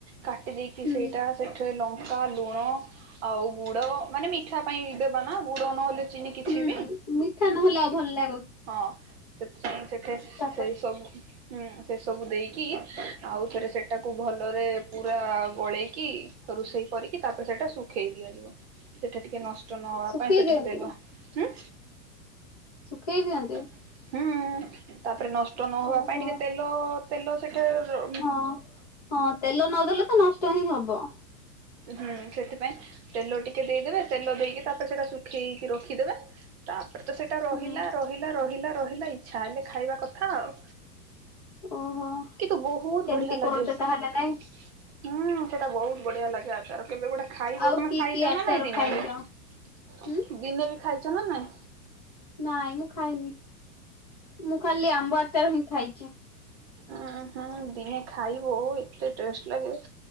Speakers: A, on the right; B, on the left.
A: କାଟି ଦେଇକି
B: ହୁଁ।
A: ସେଇଟା ସେଥିରେ ଲଙ୍କା ଲଙ୍କା ଲୁଣ ଆଉ ଗୁଡ଼ ମାନେ ମିଠା ପାଇଁ ଦେବା ନା ଗୁଡ଼ ନହେଲେ ଚିନି କିଛି
B: ହୁଁ
A: ବି।
B: ମିଠା ନହେଲେ ଆଉ ଭଲ ଲା
A: ହଁ ସେଥିପାଇଁ ସେଠେ
B: ତାପରେ
A: ସେଇ ସବୁ ହୁଁ ସେ ସବୁ ଦେଇକି ଆଉ ଥରେ ସେଟା କୁ ଭଲରେ ପୁରା ଗୋଳେଇକି ରୋଷେଇ କରିକି ତାପରେ ସେଇଟା ଶୁଖେଇ ଦିଆଯିବ। ସେଟା ଟିକେ ନଷ୍ଟ ନଷ୍ଟ ନ ହବା
B: ଶୁଖେଇ
A: ପାଇଁ ସେଟା
B: ଦିଅନ୍ତି।
A: ତେଲ ହୁଁ।
B: ଶୁଖେଇ ଦିଅନ୍ତି।
A: ହୁଁ ତାପରେ ନଷ୍ଟ ନ ହବା
B: ଓହୋ।
A: ପାଇଁ ଟିକେ ତେଲ ତେଲ ସେଠେ ରୋ
B: ହଁ ହଁ ତେଲ ନ ଦେଲେ ତ ନଷ୍ଟ ହିଁ ହବ।
A: ହୁଁ ସେଥିପାଇଁ ତେଲ ଟିକେ ଦେଇଦେବେ ତେଲ ଦେଇକି ତାପରେ ସେଟା ଶୁଖେଇକି ରଖିଦେବେ ତାପରେ ତ ସେ ଟା ରହିଲା
B: ହୁଁ।
A: ରହିଲା ରହିଲା ରହିଲା ଇଚ୍ଛା ହେଲେ ଖାଇବା କଥା ଆଉ।
B: ଓହୋ
A: କିନ୍ତୁ ବହୁତ
B: ଏମିତି
A: ବଢିଆ ଲାଗେ।
B: କରୁଛ
A: ହୁଁ
B: ତାହେଲେ ନାଇଁ
A: ସେଇଟା ବହୁତ ବଢିଆ ଲାଗେ। ଆଚାର କେବେ ଗୁଡେ ଖାଇବ
B: ଆଉ
A: ତମେ
B: କି
A: ଖାଇଛ
B: କି ଆଚାର
A: ନା ନାଇଁ ଦିନେ
B: ଖାଇଛ?
A: ବି
B: ହୁଁ
A: ଦିନେ ବି ଖାଇଛ ନା ନାଇଁ?
B: ନାଇଁ ମୁଁ ଖାଇନି ମୁଁ ଖାଲି ଆମ୍ବ ଆଚାର ହିଁ ଖାଇଛି।
A: ଉଁ ହୁଁ ଦିନେ ଖାଇବ ଏତେ ଟେଷ୍ଟ ଲାଗେ